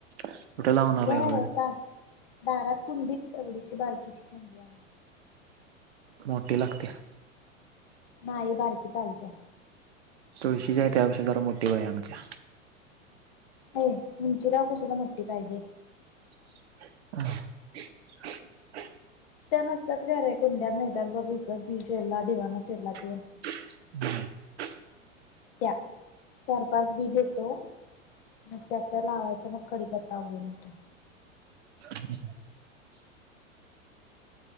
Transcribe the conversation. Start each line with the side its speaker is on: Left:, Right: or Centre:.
Right: कुठं लावणार
Left: व्हय
Right: आहे होय.
Left: पा दारात कुंडीत एवढीशी बारकीशी कुंडी आहे.
Right: मोठी लागत्या.
Left: नाही बारकी चालत्या.
Right: तुळशीची आहे त्यापेक्षा जरा मोठी पाहिजे आमच्या
Left: अ उंचीला कशाला मोठी पाहिजे.
Right: <inaudible>
Left: त्या नसत्यात काय रे कुंड्या मिळत्यात बघ विकत त्या सेलला दिवाळी सेलला ते
Right: हम् <inaudible>
Left: त्या चार पाच बी देतो. मग त्यात त्या लावायचा मग कडीपत्ता उगळून येतोय.
Right: हम्. <unintelligible>